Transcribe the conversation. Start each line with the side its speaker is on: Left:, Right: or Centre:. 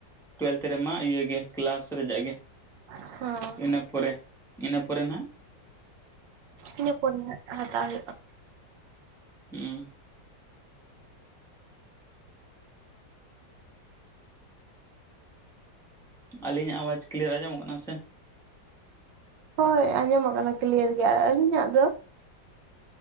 Centre: ᱴᱩᱭᱮᱞᱛᱷ ᱨᱮᱢᱟ ᱤᱭᱟᱹ ᱜᱮ ᱠᱮᱞᱟᱥ ᱨᱮᱭᱟᱜ ᱜᱮ᱾
Right: ᱦᱚᱸ
Centre: ᱤᱱᱟᱹ ᱯᱚᱨᱮ ᱤᱱᱟᱹ ᱯᱚᱨᱮ ᱱᱟᱜ
Right: ᱤᱱᱟᱹ ᱯᱚᱨᱮ ᱦᱟᱸᱜ ᱦᱟᱛᱟᱣ ᱦᱩᱭᱩᱜᱼᱟ᱾
Centre: ᱦᱩᱸ ᱟᱹᱞᱤᱧᱟᱜ ᱟᱣᱟᱡᱽ ᱠᱞᱤᱭᱟᱨ ᱟᱸᱡᱚᱢᱚᱜ ᱠᱟᱱᱟ ᱥᱮ?
Right: ᱦᱳᱭ ᱟᱸᱡᱚᱢᱚᱸᱜ ᱠᱟᱱᱟ ᱠᱤᱞᱭᱟᱹᱨ ᱜᱮ ᱟᱨ ᱟᱞᱤᱧᱟᱜ ᱫᱚ